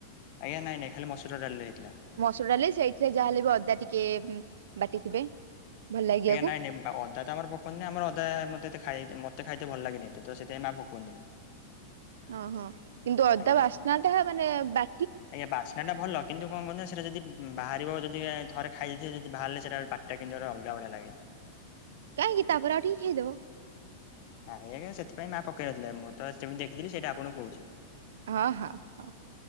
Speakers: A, on the left (about 40°); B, on the right (about 85°).
A: ଆଜ୍ଞାାନାଇଁ ନଇଁ ଖାଲି ମସୁର ଡାଲିରେ ହେଇଥିଲା।
B: ମସୁର ଡାଲି ସେଇଥିରେ ଯାହାହେଲେ ବି ଅଦା ଟିକେ ବାଟିଥିବେ। ଭଲ ଲାଗିବାକୁ।
A: ଆଜ୍ଞା ନାଇଁ ନଇଁ ବାଗହବନେହଁ। ଅଦା ତ ଆମର ପକୁଅନ୍ତିନେହିଁ ଆମର ଅଦା ମତେ ଏତେ ମତେ ଖାଇତେ ଭଲ ଲାଗେନେହଁ ତ ସେଥିପାଇଁ ମା ପକୁଅନ୍ତିନେହିଁ।
B: ଓହୋ କିନ୍ତୁ ଅଦା
A: ଆଜ୍ଞା
B: ବାସ୍ନାଟା ମାନେ ବା
A: ଆଜ୍ଞା ବାସ୍ନା ଟା ଭଲ। କିନ୍ତୁ କଣ କହନ୍ତି ସେଇଟା ଯଦି ବାହାରିବ ଯଦି ଥରେ ଖାଇ ଦେଇଥିଵେ ଯେଦି ବାହାରିଲେ ସେଟା ପାଟିଟା କିିମିତିଆ ଗୋଟେ ଅଲଗା ଭଳିଆ ଲାଗେ।
B: କାହିଁକି ତାପରେ ଆଉ ଟିକିଏ ଖାଇଦବ।
A: ନାଇଁ ଆଜ୍ଞା ସେଥିପାଇ ମା ପକେଇ ନ ଥିଲା ମୁଁ ତ ସେମିତି ଦେଖିଥିଲି ସେଇଟା ଆପଣଙ୍କୁ କହୁଚି।
B: ଓ ହଁ ହଁ।